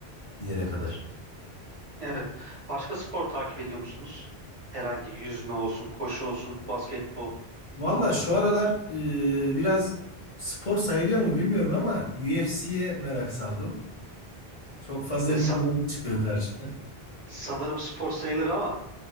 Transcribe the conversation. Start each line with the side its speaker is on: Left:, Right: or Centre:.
Left: bir yere kadar.
Right: Evet. Başka spor takip ediyor musunuz? Herhangi yüzme olsun, koşu olsun, basketbol.
Left: Valla şu aralar e, biraz spor sayılıyor mu bilmiyorum ama UFC'ye merak saldım. Çok fazla
Right: Ya sa-
Left: videolar çıkıyor karşıma.
Right: Sanırım spor sayılır ama